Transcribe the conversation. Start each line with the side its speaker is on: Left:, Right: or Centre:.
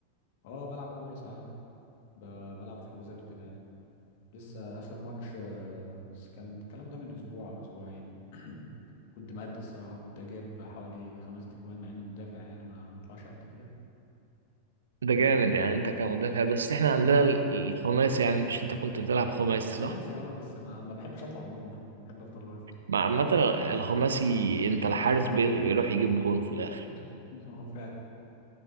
Left: اه بلعب كورة ساعات ب... بلعب في حجوزات وكده يعني. لسه اخر ماتش آه، بس كان الكلام ده من اسبوع او اسبوعين <clears throat> كنت مأدي الصراحه كنت جايب حوالي خمس تجوان مع اني مدافع يعني ما بطلعش قد كده
Right: ده
Left: و
Right: جامد يعني انت كمدافع بس احنا عندنا ال- الخماسي يعني مش انت كنت بتلعب خماسي صح؟
Left: خماسي اه بس ما, ما بحبش اطلع عموما يعني بحب افضل واقف ورا
Right: مع عامة الخماسي انت الحارس بي- بيروح يجيب جون في الاخر
Left: <laughs> اه فعلا